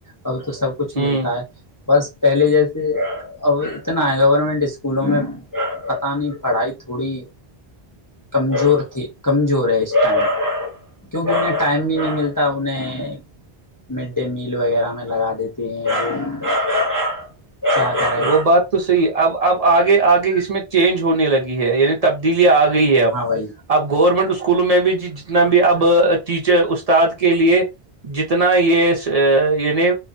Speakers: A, on the left (about 25°); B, on the right (about 40°).
A: اب تو سب کچھ
B: ہ ہ
A: ملتا ہے بس پہلے جیسے اب اتنا ہے گورنمنٹ اسکولوں میں پت نہیں پڑھائی تھوڑی کمزور تھی کمزور ہے اس ٹائم کیونکہ انہیں ٹائم بھی نہیں ملتا انہیں مڈ ڈے میل وغیرہ میں لگا دیتے ہیں وہ کیا کریں
B: وہ بات تو اب اب آگے آگے اس میں چینج ہونے لگی ہے یعنی تبدیلیاں آگے گئی ہے اب
A: ہاں بھائی
B: اب گورنمنٹ اسکولوں میں بھی جی جتنا بھی اب ٹیچر استاد کے لیے جتنا یہ یعنی